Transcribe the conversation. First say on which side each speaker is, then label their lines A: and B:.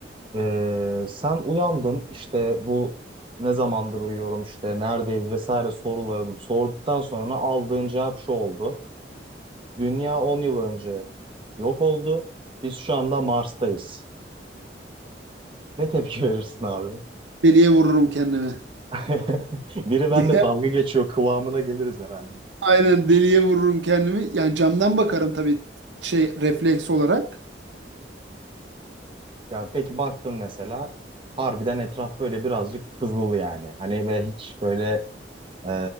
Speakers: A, on the right (about 30°); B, on the right (about 85°).
A: Ee, sen uyandın işte bu ne zamandır uyuyorum işte neredeyiz vesaire sorularını sorduktan sonra aldığın cevap şu oldu. Dünya 10 yıl önce yok oldu. Biz şu anda Mars'tayız. Ne tepki verirsin abi?
B: Deliye vururum kendimi.
A: <laughs> Biri benimle
B: diye.
A: dalga geçiyor kıvamına geliriz herhalde.
B: <laughs> Aynen deliye vururum kendimi. Yani camdan bakarım tabii şey refleks olarak.
A: Ya peki baktın mesela harbiden etraf böyle birazcık kızıl yani. Hani ve hiç böyle e,